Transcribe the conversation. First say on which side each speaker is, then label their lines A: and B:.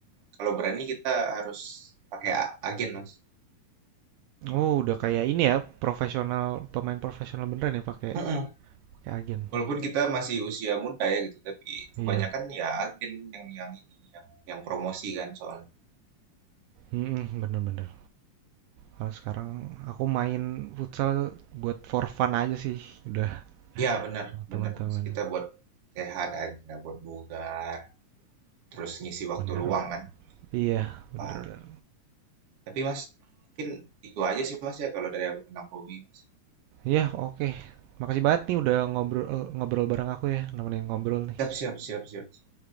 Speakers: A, on the right; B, on the right.
A: Kalau berani kita harus pakai a- agen, Mas.
B: Oh, udah kayak ini ya, profesional, pemain profesional beneran ya pakai
A: Mm-mm.
B: pakai agen.
A: Walaupun kita masih usia muda ya gitu, tapi kebanyakan
B: Iya.
A: ya agen yang yang ini, yang yang promosi kan soalnya.
B: Mm-mm, bener-bener. Kalau sekarang aku main futsal buat for fun aja sih, udah
A: Iya benar,
B: sama teman-teman.
A: benar Mas. Kita buat sehat aja, buat bugar, terus ngisi waktu
B: Bener
A: luang
B: banget.
A: kan.
B: Iya,
A: Benar
B: bener-bener.
A: banget. Tapi Mas, mungkin itu aja sih Mas ya kalau dari aku tentang hobi Mas.
B: Iya, oke. Makasih banget nih udah ngobrol eh, ngobrol bareng aku ya, nemenin ngobrol nih.
A: Siap, siap, siap, siap, siap.